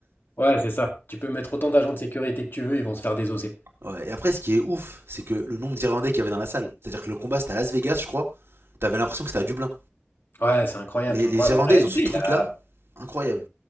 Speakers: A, on the left; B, on the right.
A: Ouais, c'est ça. Tu peux mettre autant d'agents de sécurité que tu veux, ils vont se faire désosser.
B: Ouais. Et après, ce qui est ouf, c'est que le nombre d'Irlandais qu'il y avait dans la salle. C'est-à-dire que le combat, c'était à Las Vegas, je crois. T'avais l'impression que c'était à Dublin.
A: Ouais, c'est incroyable,
B: Les,
A: c'est
B: les
A: incroyable.
B: Irlandais,
A: En réalité,
B: ils ont ce truc-là.
A: il a.
B: Incroyable.